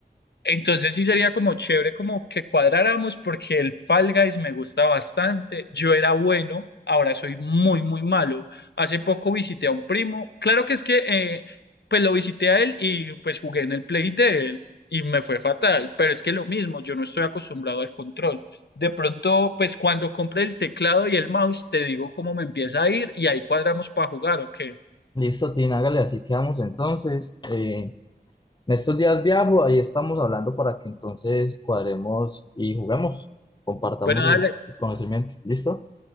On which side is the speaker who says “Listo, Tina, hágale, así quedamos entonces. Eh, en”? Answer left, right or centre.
Left